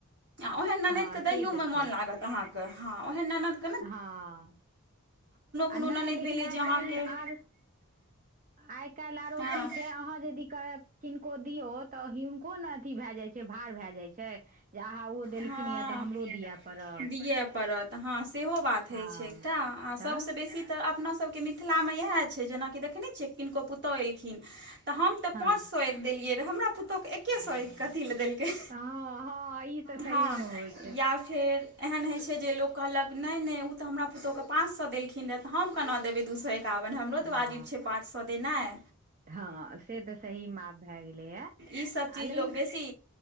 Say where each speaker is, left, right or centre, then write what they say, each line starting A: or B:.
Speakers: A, on the right; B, on the right.
A: ओहन ननेद
B: हँ
A: के देयो
B: से तऽ
A: में
B: छै
A: मन लागत आहाके। क हँ ओहेन ननद
B: हँ
A: कोनो
B: आ नहि
A: ननदि
B: लेकिन
A: भेलै
B: आइ
A: जे अहाँके
B: काल्हि आर आइ काल्हि आरो
A: हँ
B: की छै अहाँ जेदी किनको दियो तऽ हिनको ने अथी भए जाइ छै भार भए जाइ छै? जे अहाँ ओ देलखिन
A: हँ
B: यए तऽ हमरो दिअ पड़त
A: दिअ पड़त हँ सेहो बात होइत
B: हँ
A: छै एकटा आ
B: तऽ
A: सभसँ बेसी तऽ अपनासभके मिथिलामे इएह छै जेनाकि देखे ने छियै किनको पुतोहू एलखिन त हम ते
B: हँ
A: पांच सौ देलिये रहे हमरा पुतोहू के एके सौ कथि ले देलके।
B: हँ हँ ई तऽ
A: हँ
B: सहीमे होइ छै
A: या फेर एहन होइ छै। जे लोक कहलक नहि नहि ओ तऽ हमरा पुतहु हके? पाँच शो देलखिन रहए। तऽ हम केना देबै दू सए एकावन हमरो तऽ
B: हँ
A: वजीब छै। पाँच सए देनाइ
B: <inaudible>
A: ईस
B: आ
A: चीज
B: लेकिन
A: लोकोग बेसी